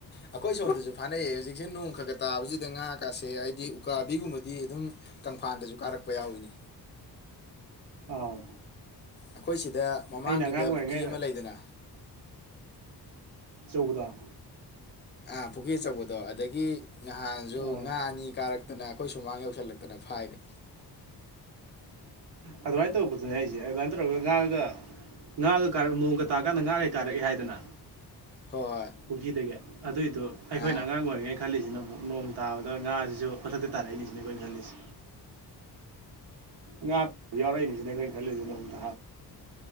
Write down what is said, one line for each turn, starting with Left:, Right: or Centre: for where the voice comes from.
Left: ꯑꯩꯈꯣꯏ ꯁꯣꯝꯗꯁꯨ ꯐꯥꯅꯩꯑꯌꯦ ꯍꯧꯖꯤꯛꯁꯦ ꯅꯣꯡ ꯈ ꯈ ꯇꯥꯕꯁꯤꯗ ꯉꯥ ꯀꯥꯁꯦ ꯍꯥꯏꯗꯤ ꯎꯀꯥꯕꯤꯒꯨꯝꯕꯗꯤ ꯑꯗꯨꯝ ꯀꯪꯐꯥꯟꯗꯁꯨ ꯀꯥꯔꯛꯄ ꯌꯥꯎꯏꯅꯦ
Right: ꯑꯥꯎ
Left: ꯑꯩꯈꯣꯏ ꯁꯤ ꯗ ꯃꯃꯥꯡꯒꯤꯗ
Right: ꯑꯩꯅ ꯑꯉꯥꯡ ꯑꯣꯏꯔꯤꯉꯩ
Left: ꯄꯨꯈ꯭ꯔꯤ ꯑꯃ ꯂꯩꯗꯅ
Right: ꯇꯧꯕꯥꯗꯣ
Left: ꯑ ꯄꯨꯈꯤ ꯑꯆꯧꯕꯥꯗꯣ ꯗꯣ ꯑꯗꯒꯤ ꯅꯍꯥꯟꯁꯨ
Right: ꯑꯥ
Left: ꯉꯥ ꯑꯅꯤ ꯀꯥꯔꯛ ꯇꯅ ꯑꯩꯈꯣꯏ ꯁꯨꯃꯥꯡ ꯌꯧꯁꯤꯜꯂꯛꯇꯅ ꯐꯥꯏꯅꯤ
Right: ꯑꯗꯨꯃꯥꯏꯅ ꯇꯧꯕꯗꯨꯅꯦ ꯑꯩꯁꯦ ꯑꯗꯨꯃꯥꯏꯅ ꯇꯧꯔꯒ ꯉꯥꯒ ꯉꯥꯒ ꯀꯥꯔꯛ ꯅꯣꯡꯒ ꯇꯥꯀꯥꯟꯗ ꯉꯥꯒꯩ ꯀꯥꯔꯛꯑꯦ ꯍꯥꯏꯗꯅ
Left: ꯍꯣꯏ ꯍꯣꯏ
Right: ꯄꯨꯈꯤꯗꯒꯤ ꯑꯗꯨꯏꯗꯨꯣ ꯑꯩꯈꯣꯏꯅ
Left: ꯑꯥ
Right: ꯑꯉꯥꯡ ꯑꯣꯏꯔꯤꯉꯩ ꯈꯜꯂꯤꯁꯤꯅ ꯑꯃꯨꯛ ꯅꯣꯡ ꯇꯥꯕꯗ ꯉꯥꯁꯤꯁꯨ ꯃꯊꯛꯇ ꯇꯥꯔꯛꯏꯅꯤꯁꯤꯅ ꯑꯩꯈꯣꯏꯅ ꯈꯜꯂꯤꯁꯦ ꯉꯥ ꯌꯥꯎꯔꯛꯏꯅꯤꯁꯤꯅꯦ ꯑꯩꯈꯣꯏ ꯈꯜꯂꯤꯁꯤ ꯅꯣꯡ <inaudible>